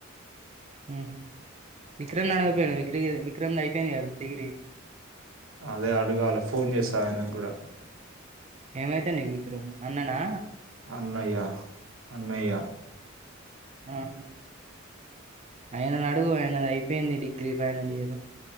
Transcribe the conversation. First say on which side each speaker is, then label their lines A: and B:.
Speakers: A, on the right; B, on the right.
A: ఊహూ విక్రమ్ని అడగపోయినవ విక్రియా విక్రమ్ ది అయిపోయింది గా డిగ్రీ
B: అదే అడగాల ఫోన్ చేస్తా ఆయనికి గూడ
A: ఏమైతడు నీకు విక్రమ్ అన్న నా
B: అన్నయ్య అన్నయ్య.
A: అహా ఆయనను అడుగు ఆయనది అయిపోయింది డిగ్రీ ఫైనలియర్.